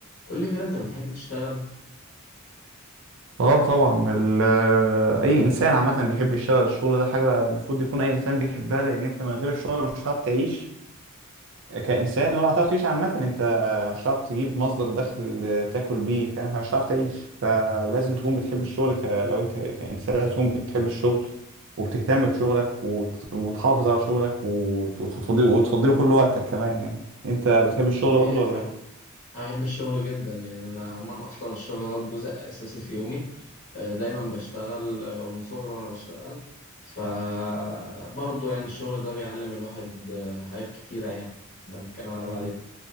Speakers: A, on the left; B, on the right.
A: قول لي كده انت بتحب تشتغل
B: اه طبعا ال- آه، اي انسان عامه بيحب يشتغل الشغل ده حاجه المفروض يكون اي انسان بيحبها لان انت من غير الشغل مش هتعرف تعيش كانسان ولا هتعرف تعيش عامه انت مش هتعرف تجيب مصدر دخل تاكل بيه فاهم مش هتعرف تعيش فلازم تكون بتحب الشغل ك... لو انت كانسان لازم تكون بتحب الشغل وبتهتم بشغلك وت... وتحافظ على شغلك وت... وتفضي... وتفضيله كل وقتك كمان يعني انت بتحب الشغل
A: الحقيقة
B: برضه
A: فعلا
B: ولا ايه؟
A: انا بحب الشغل جدا يعني انا عموما اصلا الشغل ده جزء اساسي في يومي آه، دايما بشتغل آه، ومن صغري وانا بشتغل فبرضه يعني الشغل ده بيعلم الواحد آه، حاجات كتيرة يعني بنتكلم على بعدين
B: مم،